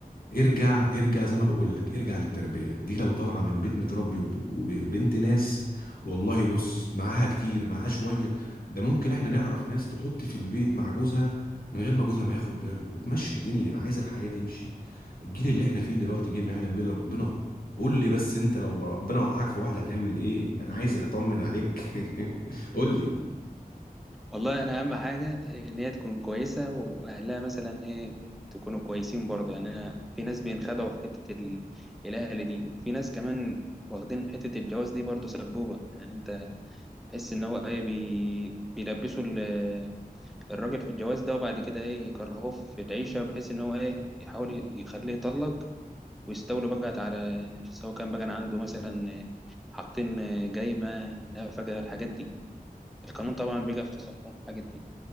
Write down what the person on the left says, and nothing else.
ارجع ارجع زي ما بقول لك ارجع للتربية دي لو طالعة من بيت متربي وب- وبنت ناس والله بص معاها كتير معاها شوية ده ممكن احنا نعرف ناس تحط في البيت مع جوزها من غير ما جوزها ما ياخد باله وتمشي الدنيا عايزة الحياة تمشي الجيل اللي احنا فيه دلوقتي جيل ما يعلم به إلا ربنا قول لي بس انت لو ربنا وقعك في واحدة هتعمل ايه انا عايز اطمن عليك <laughs> قول لي